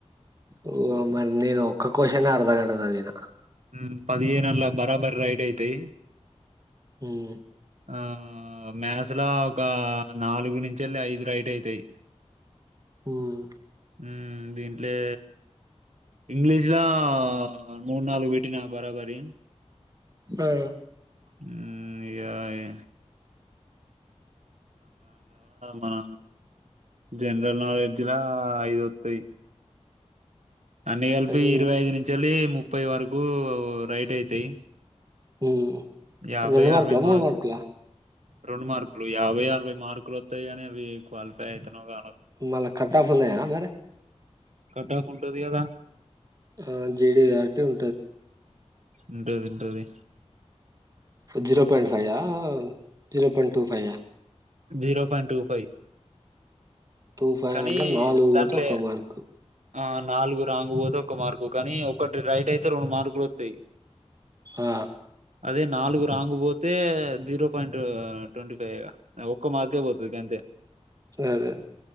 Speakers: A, on the right; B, on the right.
A: ఓ మరి నేను ఒక్క క్వశ్చన్ అర్ధ గంట చదివిన
B: మ్మ్ పదిహేనళ్ల బరాబరి రైడ్ అయితాయి
A: మ్మ్
B: ఆ మ్యాస్ లో ఒక నాలుగు నుంచిళ్లే ఐదు రైట్ అయితాయి
A: ఉమ్
B: మ్మ్ దిన్ ట్లే ఇంగ్లీష్లా మూడు నాలుగు బెట్టిన బరాబరి
A: ఆ
B: మ్మ్ నియాయే మన జనరల్ నాలెడ్జ్లా ఐదు వత్తయి అన్ని కలిపి
A: అది
B: ఇరవై ఐదు నుంచెల్లి ము పోయవారు గో రైట్ అయితాయి
A: మ్మ్
B: యాభై
A: రెండు మార్కులా
B: అరవై మార్కులు
A: మూడు మార్కులా
B: రెండు మార్కులు యాభై అరవై మార్కులు వత్తయనేవి క్వాలిఫై అయితన్నావు గా
A: మల్ల కట్టాఫ్ ఉన్నాయ మరి
B: కట్టా ఫ్ ఉంటది గదా
A: ఆ జేడీ యాక్టివ్
B: ఉంటది ఉంటది
A: జీరో పాయింట్ ఫై యావ్ zero point two five
B: zero point two five
A: two five
B: కానీ
A: అంటే నాలుగు
B: దాంట్లో
A: వోతే ఒక్క మార్క్
B: ఆ నాలుగు రాంగు పోతే ఒక్క మార్కు కానీ ఒకటి రైట్ అయితే రెండు మార్కులు వత్తయ్
A: ఆ
B: అదే నాలుగు రాంగు పోతే జీరో పాయింట్ ట్వంటీ ఫైవ్ ఒక్క మార్కే పోతదిక అంతే
A: అదే